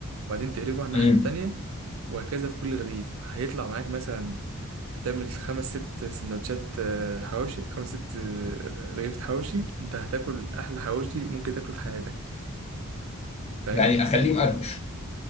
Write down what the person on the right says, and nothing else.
وبعدين تقلبه على الناحية
التانية وهكذا في كل رغيف هيطلع معاك مثلا هتعمل خمس ست سندوتشات آه، حواوشي خمس ست آه، رغيف حواوشي انت هتاكل احلى حواوشي ممكن تاكله في حياتك فاهم